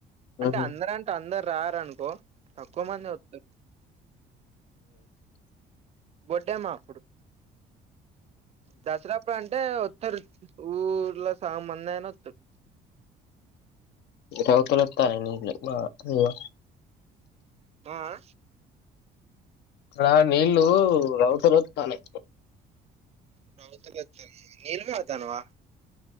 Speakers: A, on the right; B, on the left.
A: అంటే
B: ఉమ్
A: అందర అంటే అందరు రారనుకో తక్కువ మంది వస్త బొడ్డే మాపుడు దసరా అప్పుడు అంటే వత్తరు ఊర్లో సాం మందైన ఒత్తరు.
B: రవుతులు ఒత్తానాయి నీల్లు మా <unintelligible>
A: ఆ ఆ
B: అక్కడ నీళ్ళు రౌతులొత్తానై
A: రౌతులొత్తనయా నీల్ కాగుతానవా